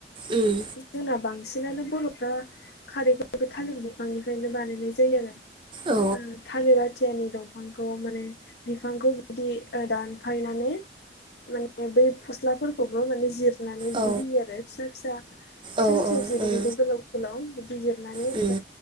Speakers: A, on the right; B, on the left.
A: उम
B: जोंाब बां बांसिनानो बर'फ्रा खारैखौ बे थालिर बिफांनिफ्रायनो बानायनाय जायो आरो
A: औ
B: कालिरवाथियानि दंफांखौ खौ माने बिफांखौ बिदि दानफायनानै माने बै फस्लाफोरखौबो माने जिर नानै बि
A: औ
B: होयो आरो फ फि
A: औ
B: फि फि
A: औ
B: ज
A: उम
B: बेखौ गोलाव गोलाव बिदि जिरनानै
A: उम